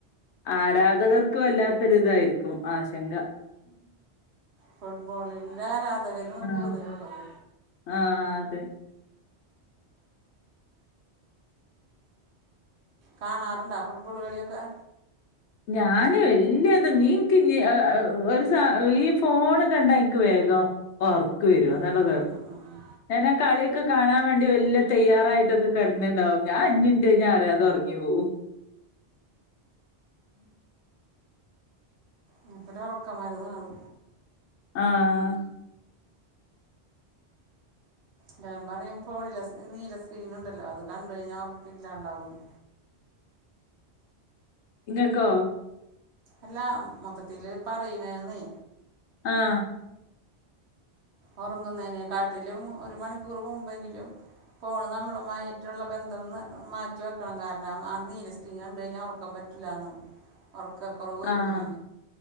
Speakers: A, on the left (about 80°); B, on the right (about 75°).
A: ആരാധകർക്ക് വല്ലാത്തൊരി തായിരിക്കും ആശങ്ക
B: ഫുട്ബോളിന്റെ ആരാധകരാണ്
A: ആഹ്
B: കൂടുതല്ള്ളത്
A: ആഹ് അതെ
B: കാണാറ്ണ്ടാ ഫുട്ബോള് കളിയൊക്കെ
A: ഞാന് വല്യ ത് നീൻക്ക് ഇല്ലേ അഹ് അഹ് ഒരു സ ഈ ഫോണ് കണ്ടാ ഇൻക്ക് വേഗം ഒറക്ക് വരും
B: ഉം
A: അതാണ്
B: ഉം
A: കൊഴ
B: ഉം ഉം ഉം.
A: ഞാനാ കള്യൊക്ക കാണാൻ വേണ്ടി വല്ല്യ തയ്യാറായിട്ടൊക്ക കെടന്ന്ണ്ടാവും ഞാൻ അഞ്ച് മിനിറ്റ് കഴിഞ്ഞാ അറിയാതെ ഒറങ്ങി പോവും
B: മൂപ്പര ഒറക്കമരുന്നാണത്
A: ആഹ്
B: ല്ലാരും പറയും ഫോണിലെ സ് നീല സ്ക്രീൻ ഇണ്ടല്ലോ അത് കണ്ടഴിഞ്ഞാ ഒർക്ക ഇല്ലാണ്ടാവുന്ന്
A: ഇങ്ങക്കോ
B: അല്ല മൊത്തത്തില് പറയുന്നേന്നെ
A: ആഹ്
B: ഒറങ്ങുന്നേനെ കാട്ടിലും ഒരു മണിക്കൂർ മുമ്പെങ്കിലും ഫോണും നമ്മളുമായിട്ട്ള്ള ബന്ധം ന്ന് മാറ്റി വെക്കണം കാരണം ആ നീല സ് ക്രീൻ കണ്ടെഴിഞ്ഞാ ഒറക്കം പറ്റൂല്ലാന്ന്
A: <inaudible>
B: ഒറക്ക കൊറവ് വരൂന്ന്
A: ആഹ്